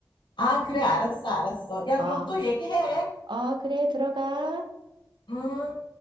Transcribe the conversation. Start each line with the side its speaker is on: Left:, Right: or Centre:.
Left: 아, 그래, 알았어, 알았어. 야,
Right: 아,
Left: 그럼 또 얘기해.
Right: 아, 그래. 들어가.
Left: 음.